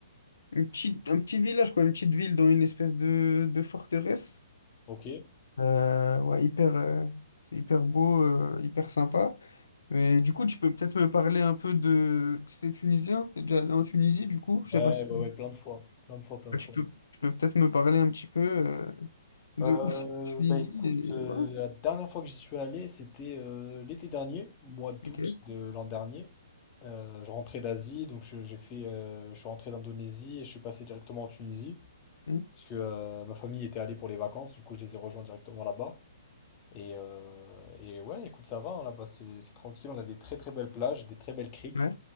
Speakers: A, on the left; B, on the left.
A: Une petite, un petit village, quoi, une petite ville dans une espèce de, de forteresse.
B: Ok. Ouais,
A: Euh, ouais, hyper, euh, c'est hyper beau, euh, hyper sympa. Mais du coup, tu peux peut-être me parler un peu de... C'était tunisien? T'es déjà allé en Tunisie, du coup? Je
B: ouais,
A: sais pas si...
B: ouais, plein de fois. Plein de fois, plein
A: Ouais,
B: de
A: Tu
B: fois.
A: peux, tu peux peut-être me parler un petit peu euh, de
B: Euh,
A: où c'est la Tunisie
B: bah écoute,
A: et...
B: euh,
A: Voilà.
B: la dernière fois que j'y suis allé, c'était euh, l'été dernier, mois d'août
A: Ok.
B: de l'an dernier. Euh, je rentrais d'Asie, donc je, j'ai fait, euh, je suis rentré d'Indonésie et je suis passé directement en Tunisie,
A: Mhm.
B: parce que euh, ma famille était allée pour les vacances, du coup je les ai rejoints directement là-bas. Et, euh, et ouais, écoute, ça va, hein, là-bas c'est c'est tranquille, on a des très très belles plages, des très belles criques,
A: Ouais.